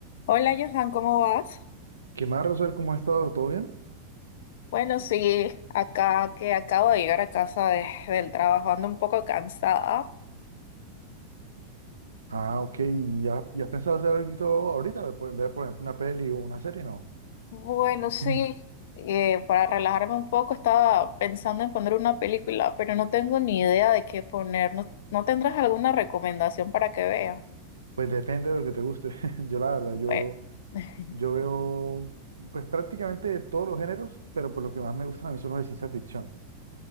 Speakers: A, on the left (about 55°); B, on the right (about 70°).
A: Hola Johan, ¿cómo vas?
B: ¿Qué más, Rosel? ¿Cómo has estado? ¿Todo bien?
A: Bueno, sí, acá que acabo de llegar a casa de- del trabajo, ando un poco cansada.
B: Ah, ok. ¿Y ¿Ya, ya has pensado hacer algo ahorita? Ver, por ver, por ejemplo, una peli o una serie, ¿no?
A: Bueno, sí,
B: Mm.
A: eh, para relajarme un poco estaba pensando en poner una película, pero no tengo ni idea de qué poner. ¿No, no tendrás alguna recomendación para que vea?
B: Pues depende de lo que te guste. <laughs> Yo, la verdad, yo,
A: Bueno, <laughs>
B: yo veo pues prácticamente de todos los géneros, pero por lo que más me gustan a mí son los de ciencia ficción.